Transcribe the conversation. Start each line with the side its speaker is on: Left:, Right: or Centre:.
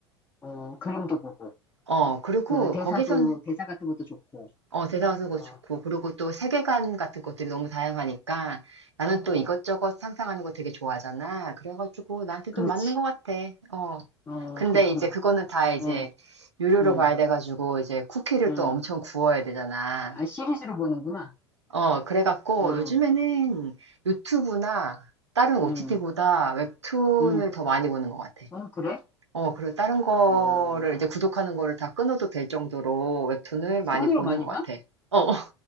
Left: 어, 그림도 보고,
Right: 어, 그리고
Left: 그 대사도,
Right: 거기서는
Left: 대사 같은 것도 좋고,
Right: 어, 대사가 쓰고
Left: 어,
Right: 좋고 그리고 또 세계관 같은 것들이 너무 다양하니까 나는
Left: 어,
Right: 또 이것저것 상상하는 거 되게 좋아하잖아. 그래가지고 나한테
Left: 그렇지.
Right: 좀 맞는 것 같아. 어.
Left: 어,
Right: 근데
Left: 그렇구나.
Right: 이제 그거는 다 이제
Left: 응,
Right: 유료로
Left: 응,
Right: 봐야 돼가지고 이제 쿠키를
Left: 응.
Right: 또 엄청 구워야 되잖아.
Left: 아, 시리즈로 보는구나.
Right: 어, 그래갖고
Left: 응,
Right: 요즘에는 유튜브나 다른 OTT보다
Left: 응,
Right: 웹툰을
Left: 응.
Right: 더 많이 보는 것 같아.
Left: 어, 그래?
Right: 어, 그리고 다른 거를
Left: 어,
Right: 이제 구독하는 거를 다 끊어도 될 정도로 웹툰을
Left: 그
Right: 많이
Left: 정도로
Right: 보는
Left: 많이
Right: 것 같아.
Left: 봐?
Right: 어, 어,